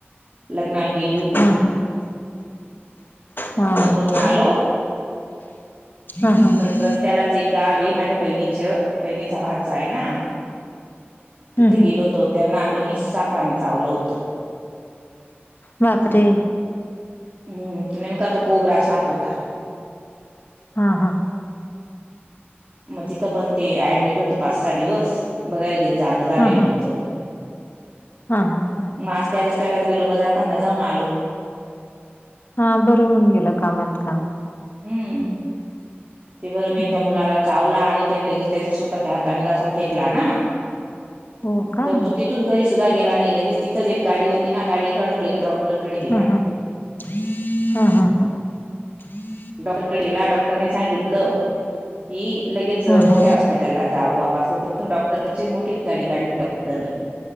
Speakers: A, on the right (about 35°); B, on the left (about 55°).
A: लग्नाला गेली होती.
B: हा हा हा
A: <unintelligible>
B: हा
A: आलो
B: हा हा. हम्म
A: परत रस्त्यालाच एक गाव आहे, माझ्या बहिणीचं बहिणीचा भाचा आहे ना.
B: हम्म
A: तिथे
B: हम्म
A: गेलो होतो, त्यांना क नई सापाने चावलं होतं.
B: बापरे.
A: हम्म, तर ने म का तो कोबरा साप होता.
B: हा हा.
A: मग तिथं पण ते ऍडमिट होते पाच सहा दिवस बघायल गे जाणं झालेलं
B: हा
A: नव्हतं.
B: हा हा हा.
A: मग आज त्या रस्त्यालाच गेलो मग जाताना जाऊन आलो.
B: हा बरं होऊन गेलं, कामात काम.
A: हम्म ते बर बई
B: हम्म
A: त्या मुलाला चावला. आणि त्याने लगेच त्याच्या स्वतःच्या हाताने जसा फेकला ना?
B: हो का हा
A: तर तो तिथून घरी सुद्धा गेला नाही? लगेच तिथंच एक गाडी होती ना? गाडी काढून लगेच डॉक्टर कडे गेला.
B: हा <inaudible> हा हा हा <inaudible> <inaudible>
A: डॉक्टरकडे गेला डॉक्टरने सांगितलं की? लगेच
B: हा
A: मोठ्या
B: हा
A: हॉस्पिटलला जावं असं तिथून डॉक्टरची मोठी गाडी काढली. डाॅ